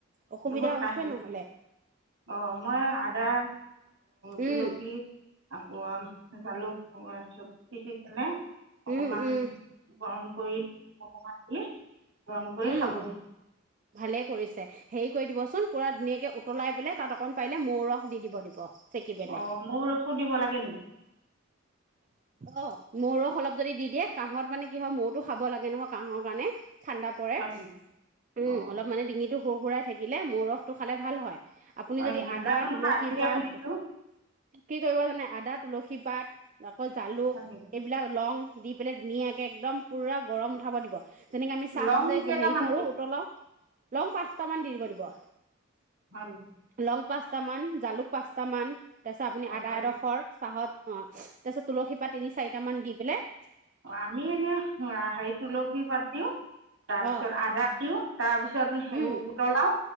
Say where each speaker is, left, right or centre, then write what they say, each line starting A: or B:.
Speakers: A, on the right (about 40°); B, on the right (about 70°).
A: অসুবিধা
B: বহুত কাহ হৈছে
A: নহ'লে
B: অ মই আদা, তুলসী
A: উম,
B: আকৌ আ জালুক <unintelligible> পিচি কেনে অকমান
A: উম, উম,
B: গৰম কৰি অকমান দি গৰম কৰি
A: উম,
B: খাব দিছো
A: ভালে কৰিছে হেৰি কৰি দিব চোন পুৰা ধুনীয়াকে উতলাই পেলে তাত অকণ পাৰিলে মৌ ৰস দি দিব দিব চেকি পেলাই
B: অ মোৰ ৰসো দিব লাগে নেকি
A: অ মৌ ৰস অলপ যদি দি দিয়ে কাহত মানে কি হয় মৌতো খাব লাগে নহয় কাহৰ কাৰণে ঠাণ্ডা পৰে
B: হয় নেকি
A: উম
B: অ
A: অলপ মানে ডিঙিটো সুৰসুৰাই থাকিলে মৌ ৰসটো খালে ভাল হয় আপুনি
B: হয়
A: যদি
B: নেকি
A: আদা,
B: নাজানো
A: তুলসী
B: নহয় আজিহে
A: পাত
B: শুনিছোঁ
A: কি কৰিব জানে আদাত তুলসী পাত আকৌ জালুক
B: হয় নেকি
A: এইবিলাক লং দি পেলাই ধুনীয়াকে একদম পুৰা গৰম উঠাব দিব যেনেকে আমি চাহ
B: লং
A: যে
B: কেইটামান
A: হেৰি কৰো
B: দিম
A: উতলাও লম পাঁচট মান দি দিব দিব
B: হয় নি
A: লং পাঁচটামান জালুক পাঁচটামান তাৰপিছত আপুনি
B: অ
A: আদা
B: জালুক
A: এডখৰ চাহত অ তাৰপিছত তুলসী পাত তিনি চাৰিট মান দি পেলাই
B: অ আমি এনে হে তুলসীৰ পাত দিওঁ। তাৰপিছত
A: অ
B: আদা দি তাৰ পিছত সে
A: উম
B: উতলাও।